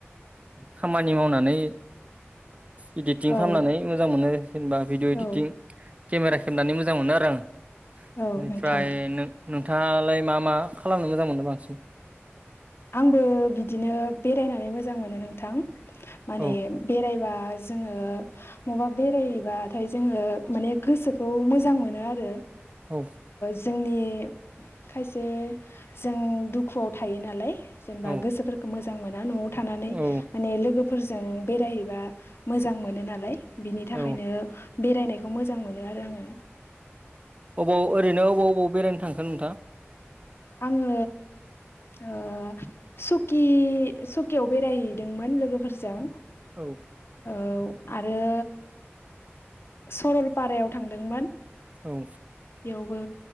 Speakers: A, on the right (about 30°); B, on the left (about 60°).
A: खामानि मावनानै इदिटटिं
B: औ
A: खालामनानै मोजां मोनो जेनेबा भिडिअ' इदिटटिं
B: औ
A: केमेरा खेबनानै मोजां मोनो आरो आं
B: औ
A: बेनिफ्राय
B: नोंथां
A: नोंथाङालाय मा -मा खालामनो मोजां मोनो बांसिन?
B: आंबो बिदिनो बेरायनानै मोजां मोनो नोंथां। माने
A: औ
B: बेरायबा जोङो माबा बेरायबाथाय जोङो माने गोसोखौ मोजां मोनो आरो
A: औ
B: जोंनि खायसे जों दुखु थायो नालाय जेनेबा
A: औ
B: गोसोफोरखौ मोजां मोना न'आव थानानै
A: औ
B: माने लोगो <unintelligible> बेरायहैबा मोजां मोनो नालाय बिनि थाखायनो
A: औ
B: बेरायनाय <unintelligible> मोजां मोनो आरो आङो।
A: अबाव ओरैनो अबाव अबाव बेरायनो थांखो नोंथाङा?
B: आङो ओ सुकि -सुकियाव बेरायहैदोंमोन लोगोफोरजों
A: औ।
B: औ आरो सरलपारायाव थांदोंमोन
A: औ।
B: बेयावबो